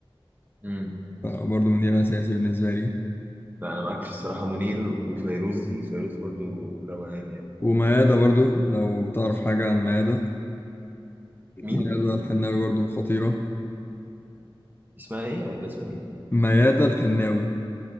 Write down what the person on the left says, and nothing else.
فبرضه منير اساسي بالنسبة لي
وميادة برضه لو تعرف حاجة عن ميادة
ميادة الحناوي برضه خطيرة
ميادة الحناوي